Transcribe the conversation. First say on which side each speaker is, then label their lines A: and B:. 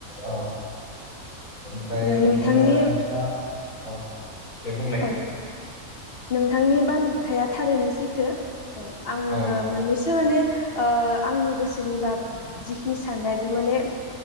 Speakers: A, on the left; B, on the left.
A: औ। ओमफ्राय
B: ओ नोंथांनि
A: बिदिनो नोंथाङा औ दे बुंलाय?
B: औ नोंथांनि बानबुथाया थारैनो सैथो औ ओ आङो
A: औ
B: मोननैसो माने ओ आंनि गोसोनिबा जिखिनि साननाय बे माने